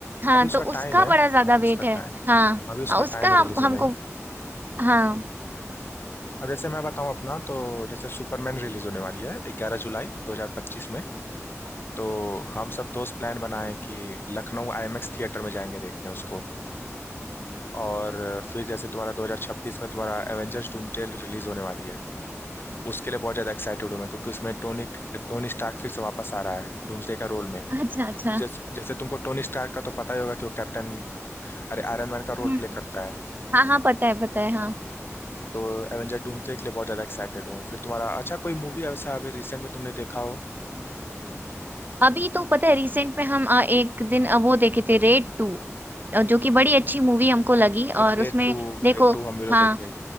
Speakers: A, on the right; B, on the left.
A: हाँ
B: अभी उसका
A: तो
B: टाइम
A: उसका
B: है
A: बड़ा ज्यादा
B: अभी उसका
A: वेट है
B: टाइम
A: हाँ
B: अभी उसका
A: अ, उसका
B: टाइम है रिलीज
A: हम-
B: होने
A: हमको
B: में
A: हाँ
B: अब जैसे मैं बताऊं अपना तो जैसे सुपरमैन रिलीज होने वाली है ग्यारह जुलाई 2025 में तो हम सब दोस्त प्लान बनाएं कि लखनऊ आईएमएक्स थिएटर में जाएंगे देखने उसको और फिर जैसे तुम्हारा 2026 में तुम्हारा एवेंजर्स डूमसडे रिलीज होने वाली है उसके लिए बहुत ज्यादा एक्साइटेड हूँ मैं क्योंकि उसमें टोनी टोनी स्टार्क फिर से वापस आ रहा है डूम्सडे का रोल में
A: अच्छा अच्छा
B: जैसे, जैसे तुमको टोनी स्टार्क का तो पता ही होगा कि वो कैप्टन अरे आयरन मैन का रोल
A: हम्म
B: प्ले करता है
A: हाँ हाँ पता है पता है हाँ
B: तो एवेंजर डूम्सडे के लिए बहुत ज़्यादा एक्साइटेड हूँ फिर तुम्हारा अच्छा कोई मूवी ऐसा अभी रिसेंट में तुमने देखा हो
A: अभी तो पता है रिसेंट में हम अ, एक दिन अ, वो देखे थे रेड टू जो कि बड़ी अच्छी मूवी हमको लगी और
B: रेड
A: उसमें
B: टू
A: देखो
B: रेड टू हम भी लोग
A: हाँ
B: देखे